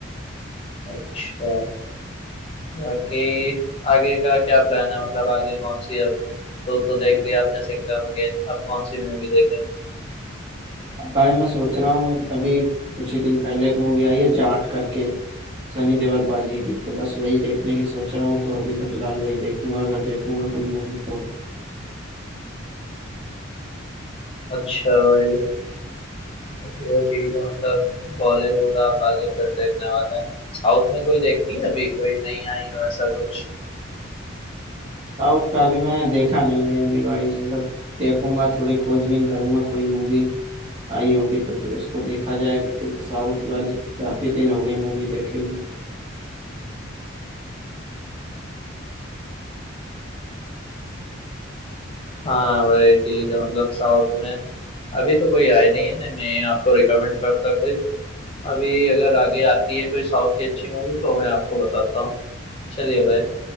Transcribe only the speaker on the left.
अच्छा बाकी आगे का क्या प्लान है मतलब आगे कौन सी अब तो, तो देख लिया आपने सिंघम अगेन अब कौन सी मूवी देखेंगे
अच्छा भाई वो ठीक है मतलब बॉलीवुड आप आगे फिर देखने वाले हैं साउथ में कोई देखनी है अभी कोई नहीं आई हो ऐसा कुछ
हाँ भाई ठीक है मतलब साउथ में अभी तो कोई आई नहीं है ना मैं आपको रिकमेंड करता कोई अभी अगर आगे आती है कोई साउथ की अच्छी मूवी तो मैं आपको बताता हूँ चलिए भाई